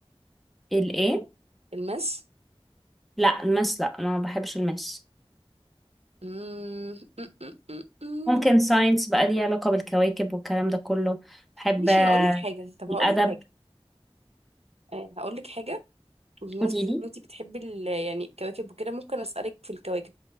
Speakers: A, in the centre; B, on the right.
A: الايه
B: الماس
A: لا الماس لا انا ما بحبش الماس
B: مم، مم، مم، مم، مم.
A: ممكن ساينس بقى ليه علاقة بالكواكب والكلام ده كله بحب
B: ماشي
A: آه،
B: هقولك حاجة طب
A: الأدب
B: هقولك حاجة آه، هقولك حاجة بمناسبة
A: قولي لي
B: ان انتي بتحبي ال- يعني الكواكب وكده ممكن اسألك في الكواكب